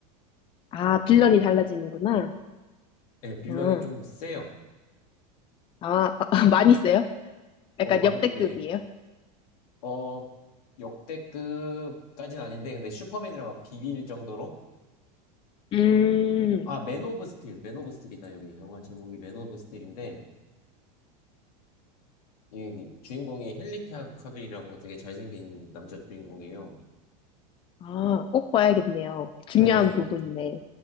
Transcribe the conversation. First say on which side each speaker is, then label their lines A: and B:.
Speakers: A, on the left; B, on the left.
A: 아, 빌런이 달라지는구나.
B: 네, 빌런이
A: 음.
B: 좀 세요.
A: 아, <laughs> 많이 써요? 약간
B: 어, 많이,
A: 역대급이에요?
B: 네. 어, 역대급까지는 아닌데, 근데 슈퍼맨이랑 막 비빌 정도로.
A: 음,
B: 아, 맨 오브 스틸, 맨 오브 스틸이다, 여기. 영화 제목이 맨 오브 스틸인데, 이 주인공이 헨리 카빌이라고 되게 잘생긴 남자 주인공이에요.
A: 아, 꼭 봐야겠네요. 중요한
B: 네,
A: 부분이네.